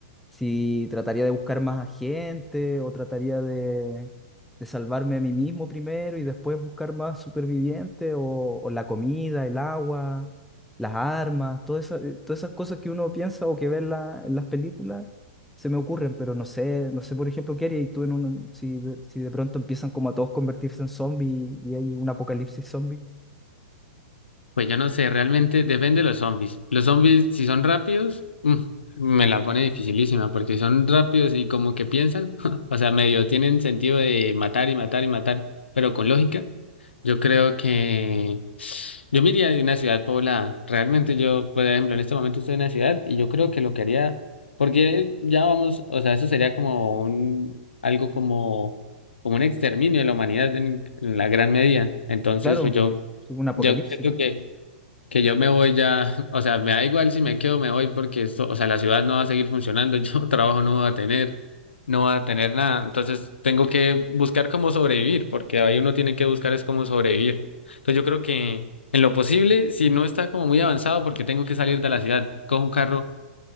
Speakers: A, in the centre; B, on the left (about 80°).
A: si trataría de buscar más a gente o trataría de, de salvarme a mí mismo primero y después buscar más supervivientes o, o la comida, el agua, las armas, todas esas, eh, todas esas cosas que uno piensa o que ve en, la- en las películas se me ocurren, pero no sé, no sé por ejemplo qué haría tú en un, si de, si de pronto empiezan como a todos convertirse en zombies y hay un apocalipsis zombie.
B: Pues yo no sé, realmente depende de los zombies. Los zombies, si son rápidos, mm, me la pone dificilísima porque son rápidos y como que piensan, <laughs> o sea, medio tienen sentido de matar y matar y matar, pero con lógica. Yo creo que yo me iría de una ciudad poblada. Realmente yo, por ejemplo, en este momento estoy en una ciudad y yo creo que lo que haría, porque ya vamos, o sea, eso sería como un, algo como, como un exterminio de la humanidad en, en la gran medida. Entonces,
A: Claro,
B: pues yo,
A: sí, un apocalipsis.
B: yo creo que que yo me voy ya, <laughs> o sea, me da igual si me quedo, me voy porque esto, o sea, la ciudad no va a seguir funcionando, <laughs> yo trabajo no va a tener, no va a tener nada, entonces tengo que buscar cómo sobrevivir, porque ahí uno tiene que buscar es cómo sobrevivir. Entonces yo creo que en lo posible, si no está como muy avanzado, porque tengo que salir de la ciudad, cojo un carro